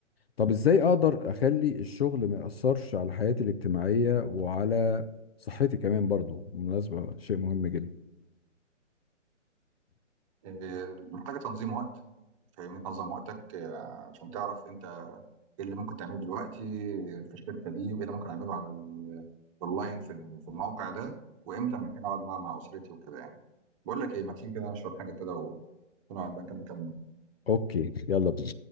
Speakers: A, on the left; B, on the right.
A: طب ازاي اقدر اخلي الشغل ما يأثرش على حياتي الاجتماعية وعلى صحتي كمان برضو بالمناسبة شيء مهم جدا
B: آه، محتاجة تنظيم وقت فاهمني تنظم وقتك آه، عشان تعرف انت ايه اللي ممكن تعمله دلوقتي في الشركه دي وايه اللي ممكن اعمله على ال- اونلاين في ال- في الموقع ده وامتى محتاج اقعد مع مع اسرتي وكده يعني بقول لك ايه ما تيجي كده نشرب حاجه كده ونقعد بقى نكمل كلامنا
A: اوكي يلا بينا